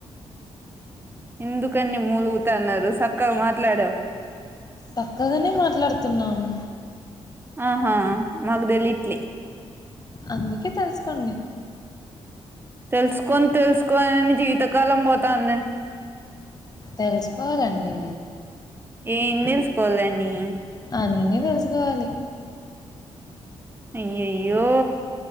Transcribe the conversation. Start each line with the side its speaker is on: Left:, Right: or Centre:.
Right: ఎందుకన్ని మూలుగుతన్నారు సక్కగా మాట్లాడవ్
Left: సక్కగానే మాట్లాడుతున్నాము.
Right: ఆహా మాకు దేలిట్లే
Left: అందుకే తెలుసుకోండి.
Right: తెలుసుకొని తెలుసుకోని ని జీవితకాలం పోతంది.
Left: తెలుసుకోవాలండి.
Right: ఏం తెలుసుకోవాలని
Left: అన్నీ తెలుసుకోవాలి.
Right: అయ్యయ్యో